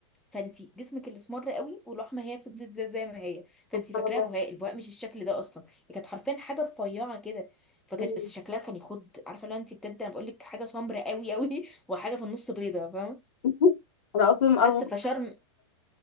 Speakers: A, in the centre; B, on the left.
A: فانت جسمك اللي اسمر قوي والوحمه هي فضلت زي زي ما هي فانت
B: سبحان
A: فاكراها
B: الله
A: بهاء البهاء مش الشكل ده اصلا هي كانت حرفيا حاجه رفيعه كده فكانت
B: مم.
A: بس شكلها كان يخض عارفه لو انت بجد انا بقول لك حاجه سمراء قوي قوي <laughs> وحاجه في النص بيضه فاهمه
B: <laughs> انا اصلا
A: بس
B: أول-
A: فشرم